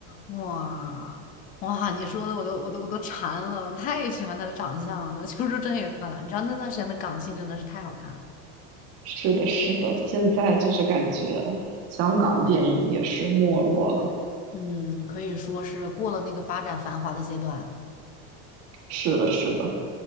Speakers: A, on the left; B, on the right.
A: 哇！哇，你说的我都我都我都馋了，我太喜欢她的长相了，邱淑贞也漂亮。你知道那段时间的港星真的是太好看了。
B: 是的，是的，现在就是感觉香港电影也是没落了。
A: 嗯，可以说是过了那个发展繁华的阶段。
B: 是的，是的，